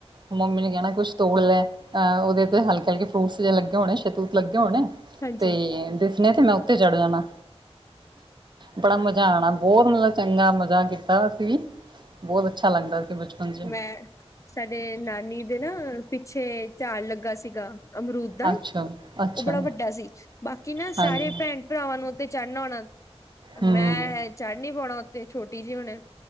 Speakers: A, on the right (about 45°); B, on the left (about 30°).
A: ਮੰਮੀ ਨੇ ਕਹਿਣਾ ਕੁਛ ਤੋੜ ਲੈ, ਅ ਉਹਦੇ ਤੇ ਹਲਕੇ-ਹਲਕੇ ਫਰੂਟਸ ਜੇ ਲੱਗੇ ਹੋਣੇ, ਸ਼ਹਿਤੂਤ ਲੱਗੇ ਹੋਣੇ।
B: ਹਾਂਜੀ
A: ਤੇ ਦਿਸਨੇ ਤੇ ਮੈਂ ਉੱਤੇ ਚੜ ਜਾਣਾ, ਬੜਾ ਮਜ਼ਾ। ਜਾਣਾ ਬਹੁਤ ਮਤਲਬ ਚੰਗਾ ਮਜ਼ਾ ਕੀਤਾ ਅਸੀ ਵੀ, ਬਹੁਤ ਅੱਛਾ ਲੱਗਦਾ ਸੀ। ਬਚਪਨ ਚ
B: ਮੈਂ, ਸਾਡੇ ਨਾਨੀ ਦੇ ਨਾ ਪਿੱਛੇ ਝਾੜ ਲੱਗਾ ਸੀਗਾ। ਅਮਰੂਦ ਦਾ,
A: ਅੱਛਾ ਅੱਛਾ
B: ਉਹ ਬੜਾ ਵੱਡਾ ਸੀ, ਬਾਕੀ ਨਾ
A: ਹਾਂਜੀ
B: ਸਾਰੇ ਭੈਣ ਭਰਾਵਾਂ ਨੂੰ ਉੱਤੇ ਚੜ੍ਹਨਾ ਆਣਾ,
A: ਹਮ
B: ਮੈਂ ਚੜ੍ਹ ਨੀ ਪਾਉਣਾ ਉੱਤੇ ਛੋਟੀ ਜਿਹੀ ਹੋਣਾ।